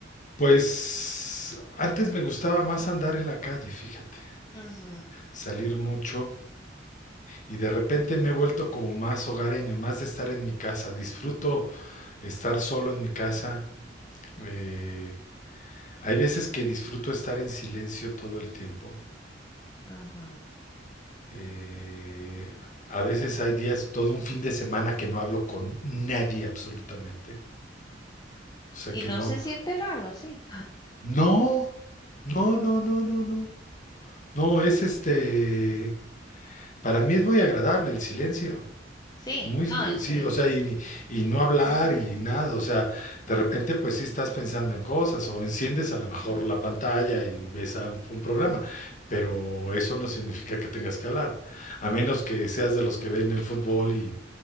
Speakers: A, on the left; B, on the left.
A: Pues antes me gustaba más andar en la calle, fíjate,
B: Ujú,
A: salir mucho y de repente me he vuelto como más hogareño, más de estar en mi casa. Disfruto estar solo en mi casa. Eh, hay veces que disfruto estar en silencio todo el tiempo.
B: ajá.
A: Eh, a veces hay días, todo un fin de semana que no hablo con nadie absolutamente. O sea
B: Y
A: que
B: no
A: no,
B: se siente raro así.
A: no, no, no, no, no, no. No, es este, para mí es muy agradable el silencio.
B: Sí,
A: Muy,
B: no, en sí.
A: sí, o sea, y, y no hablar y nada, o sea, de repente pues sí estás pensando en cosas o enciendes a lo
B: Ujú.
A: mejor la pantalla y ves a un, un programa, pero eso no significa que tengas que hablar, a menos que seas de los que ven el fútbol y,